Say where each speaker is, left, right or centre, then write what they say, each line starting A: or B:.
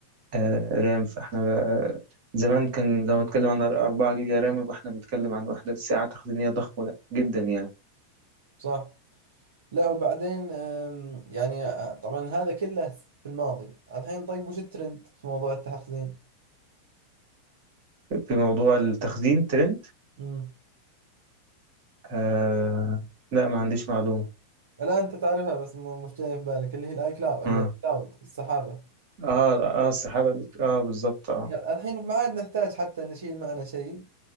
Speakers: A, on the right; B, on the right.
A: آه، رام فاحنا آه، زمان كان لو نتكلم عن 4 جيجا رام يبقى احنا بنتكلم عن وحدة ساعة تخزينية ضخمة جدا يعني
B: صح لا وبعدين أم، يعني أ- طبعا هذا كله في الماضي الحين طيب وش الترند في موضوع التخزين
A: في موضوع التخزين ترند
B: امم
A: آه لا ما عنديش معلومة
B: الان انت تعرفها بس م- مش جاي في بالك اللي هي الاي كلاود
A: اه
B: الكلاود السحابه
A: اه, آه السحابة اه بالظبط اه
B: يعني الحين ما عاد نحتاج حتى نشيل معنا شيء